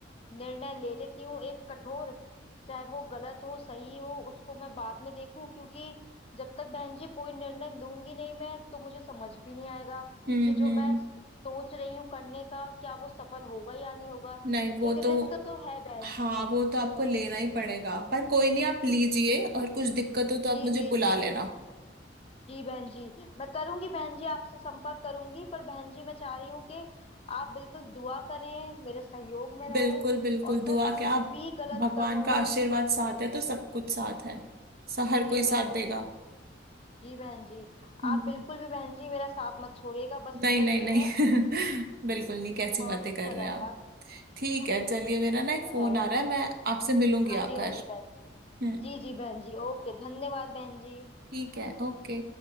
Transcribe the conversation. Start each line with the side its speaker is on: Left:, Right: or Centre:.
Left: निर्णय ले लेती हूँ एक कठोर चाहे वो गलत हो सही हो उसको मैं बाद में देखूं क्योंकि जब तक बहन जी कोई निर्णय लूंगी नहीं मैं तो मुझे समझ भी नहीं आएगा
Right: हम्म
Left: कि जो
Right: हम्म
Left: मैं सोच रही हूँ करने का क्या वो सफल होगा या नहीं होगा
Right: नहीं वो
Left: एक
Right: तो
Left: रिस्क तो है बहन
Right: हाँ
Left: जी
Right: वो तो आपको लेना ही पड़ेगा पर कोई नहीं आप लीजिए और कुछ दिक्कत हो तो
Left: जी
Right: आप मुझे
Left: जी
Right: बुला
Left: जी
Right: लेना
Left: जी बहन जी मैं करूंगी बहन जी आपसे संपर्क करूंगी पर बहन जी मैं चाह रही हूँ कि आप बिल्कुल दुआ करें मेरे सहयोग में रहें
Right: बिल्कुल बिल्कुल
Left: और मैं
Right: दुआ
Left: कुछ
Right: क्या आप
Left: भी गलत
Right: भगवान
Left: करूं
Right: का आशीर्वाद साथ है तो सब कुछ साथ है सा हर
Left: जी
Right: कोई
Left: बहन
Right: साथ देगा
Left: जी जी बहन जी
Right: हम्म।
Left: आप बिल्कुल भी बहन जी मेरा साथ मत छोड़िएगा बस
Right: नहीं
Left: मेरा
Right: नहीं
Left: ये
Right: नहीं
Left: है
Right: <laughs> बिल्कुल नहीं कैसी
Left: बहुत
Right: बातें
Left: अच्छा
Right: कर रहे
Left: रहेगा
Right: हैं आप ठीक
Left: <laughs>
Right: है चलिए मेरा ना
Left: ये
Right: एक
Left: तो
Right: फोन
Left: है
Right: आ रहा है मैं आपसे मिलूंगी
Left: हाँ
Right: आकर
Left: जी हाँ जी बहन जी
Right: हम्म
Left: जी जी बहन जी ओके धन्यवाद बहन जी
Right: ठीक है ओके